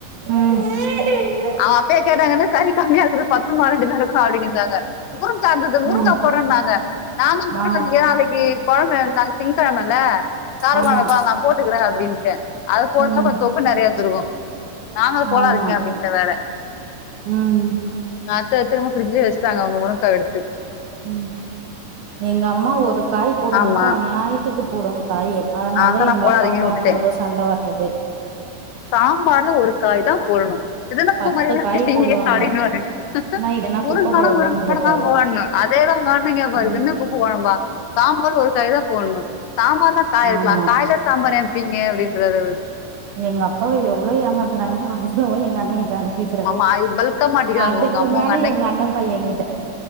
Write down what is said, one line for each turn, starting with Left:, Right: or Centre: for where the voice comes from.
Right: ம்
Left: அவங்க அப்பயே கேட்டாங்கன்னா என்னது கறி கம்மியா இருக்து பத்து மா ரெண்டு பேருக்கு அப்டின் இருந்தாங்க முருங்கா இருந்தது முருங்கா
Right: ம்
Left: போட்றே னாங்க நா தா போடாதீங்க
Right: ஆ
Left: நாளைக்கி கொழம்ப நாளைக்கி திங்க்கெழமல்ல காரைக்கொழம்பு
Right: ஆமா
Left: வைப்பே நா போட்டுக்கிறே அப்டின்னுட்டே அது போட்டுருந்தா
Right: ம்
Left: கொஞ்சோ தொக்கு நெறையா வந்துருக்கு நா தா போடாதீங்க
Right: ஆமா
Left: அப்டின்ட்டே வேற
Right: ம்
Left: அத்த எடுத்துனு போய் பிரிட்ஜ் குள்ளயே வச்சுட்டாங்க அவுங்க முருங்காய எடுத்து
Right: ம் எங்க அம்மா ஒரு காயி போடுனாக்கா
Left: ஆமா
Right: அநியாயத்துக்கு போடும் காய அதனால
Left: அதான்
Right: தா
Left: நான்
Right: எங்க
Left: போடாதீங்கன்னு
Right: அப் பாக்கும்
Left: விட்டுட்டேன்
Right: அவங்களுக்கும் சண்ட வர்றதே
Left: சாம்பார்ல ஒரு காய் தா போடணு இது என்னா குப்ப
Right: பத்து
Left: மாரியே வே
Right: காய்
Left: கே
Right: போடுவாங்க
Left: அப்டின்னுவாரு
Right: என்னா இதுன்னா
Left: முருங்க்காலா
Right: குப்ப கொழம்பான்னு
Left: விட <inaudible> மட்டு
Right: கேப்பாரு
Left: தா போடணு அதேதா பொலம்பின்னு இருப்பாரு பாரு
Right: ம்
Left: இது என்ன குப்ப கொழம்பா சாம்பார்ல ஒரு காயி தா போடணு சாம்பார்லா காய் இருக்கலா
Right: ஆமா
Left: காய்ல சாம்பார் எனைப்பீங்க அப்டின்றாரு அவரு
Right: எங்க அப்பாவ எவ்ளோ ஏமாத்தனாங்க பா அவ்ளோ வாயி எங்க அண்ண கிட்ட அனுப வக்கிற
Left: ஆமா பல்கா மாட்டிக்கிறாங்க
Right: அதுக்கு
Left: உங்க அம்மா
Right: மேல
Left: உங்க
Right: எங்க அண்ண பையன் எங்கிட்ட